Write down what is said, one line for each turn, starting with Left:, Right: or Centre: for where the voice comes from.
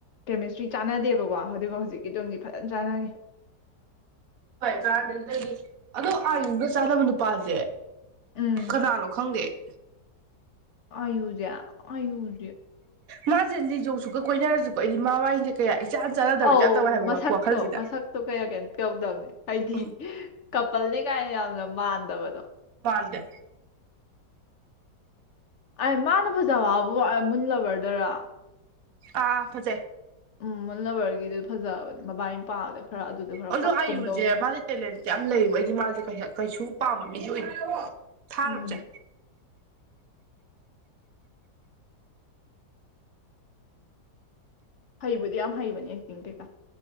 Left: ꯀꯦꯃꯤꯁꯇ꯭ꯔꯤ ꯆꯥꯟꯅꯗꯦꯕꯀꯣ ꯑꯗꯨꯒ ꯍꯧꯖꯤꯛꯀꯤꯗꯣꯝꯗꯤ ꯐꯖꯅ ꯆꯥꯟꯅꯒꯦ
Right: ꯍꯣꯏ ꯇꯔꯥꯗꯒꯤ ꯑꯗꯣ ꯑꯥꯔꯤꯗꯨꯗ ꯆꯥꯅꯕ ꯅꯨꯄꯥꯁꯦ
Left: ꯎꯝ
Right: ꯀꯅꯥꯅꯣ ꯈꯪꯗꯦ <inaudible>
Left: ꯑꯌꯨꯖ ꯑꯌꯨ
Right: ꯃꯥꯁꯦ ꯂꯤꯖꯧꯁꯨꯀ ꯀꯣꯏꯅꯔꯁꯨ ꯑꯩꯗꯤ ꯃꯥꯥ ꯋꯥꯏꯟꯁꯦ ꯀꯌꯥ ꯏꯆꯥꯟ ꯆꯥꯟꯅꯗꯕꯩ
Left: ꯑꯧ
Right: ꯇꯥꯏꯞ ꯇꯧꯋꯦ ꯍꯥꯏꯕ
Left: ꯃꯁꯛꯇꯣ
Right: ꯋꯥꯈꯜꯁꯤꯗ
Left: ꯃꯁꯛꯇꯣ ꯀꯌꯥ ꯀꯌꯥ ꯌꯥꯎꯗꯕꯅꯦ ꯍꯥꯏꯗꯤ
Right: ꯎꯝ
Left: ꯀꯄꯜꯅꯤ ꯀꯥꯏꯅ ꯌꯥꯝꯅ ꯃꯥꯟꯗꯕꯗꯣ
Right: ꯜꯗ
Left: ꯑꯦ ꯃꯥꯅ ꯐꯖꯕꯕꯨ ꯃꯨꯜꯂꯕ꯭ꯔꯗꯔ
Right: ꯑꯥ ꯐꯖꯦ
Left: ꯎꯝ ꯃꯨꯜꯂꯕꯔꯒꯤꯗꯣ ꯐꯖꯕꯅꯦ ꯃꯕꯥ ꯃꯄꯥꯗ ꯈꯔ ꯈꯔ
Right: ꯑꯗꯨꯗ
Left: ꯄꯛꯀꯨꯝ
Right: ꯑꯌꯨꯁꯦ
Left: ꯇꯧꯕꯅꯦ
Right: ꯃꯥꯁꯦ ꯇꯦꯂꯦꯟꯁ ꯌꯥꯝ ꯂꯩꯕ ꯑꯩꯗꯤ ꯃꯥꯁꯦ ꯀꯩꯁꯨ ꯄꯥꯝꯝꯕꯅꯦ ꯑꯣꯏꯅ ꯊꯥꯔꯕꯁꯦ
Left: ꯎꯝ ꯍꯩꯕꯨꯗꯤ ꯌꯥꯝ ꯍꯩꯕꯅꯦ ꯑꯦꯛꯇꯤꯡ ꯀꯩꯀꯥ